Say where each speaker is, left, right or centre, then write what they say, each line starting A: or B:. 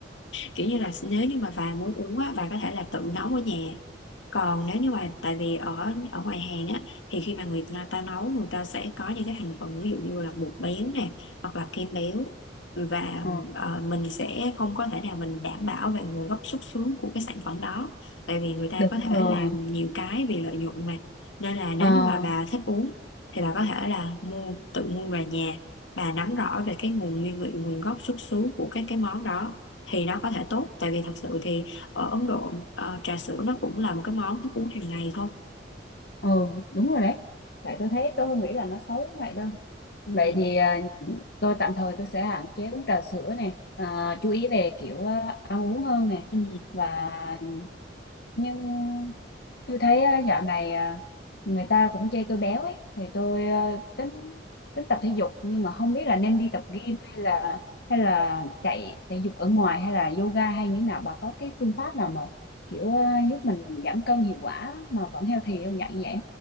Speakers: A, on the left; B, on the left.
A: kiểu như là nếu như mà bà muốn uống á bà có thể là tự nấu ở nhà còn nếu như mà tại vì ở ở ngoài hàng á thì khi mà người ta nấu người ta sẽ có những cái thành phần ví dụ như là bột béo nè hoặc là kem béo và
B: Ờ,
A: ờ, mình sẽ không có thể nào mình đảm bảo về nguồn gốc xuất xứ của cái sản phẩm đó tại vì người ta
B: đúng
A: có thể
B: rồi.
A: làm nhiều cái vì lợi nhuận mà nên là nếu
B: Ờ,
A: như mà bà thích uống thì bà có thể là mua tự mua về nhà bà nắm rõ về cái nguồn nguyên liệu nguồn gốc xuất xứ của các cái món đó thì nó có thể tốt tại vì thật sự thì ở Ấn Độ ờ, trà sữa nó cũng là một cái món thức uống hàng ngày thôi
B: ờ, đúng rồi đấy. Tại tôi thấy tôi không nghĩ là nó xấu như vậy đâu.
A: ừ.
B: Vậy thì à, tôi tạm thời tôi sẽ hạn chế uống trà sữa nè, à, chú ý về kiểu à, ăn uống hơn nè.
A: Ừ.
B: Và nhưng tôi thấy à, dạo này à, người ta cũng chê tôi béo ấy, thì tôi à, tính tính tập thể dục nhưng mà không biết là nên đi tập gym hay là hay là chạy thể dục ở ngoài hay là yoga hay như thế nào. Bà có cái phương pháp nào mà kiểu à, giúp mình giảm cân hiệu quả mà vẫn healthy không dạng vậy?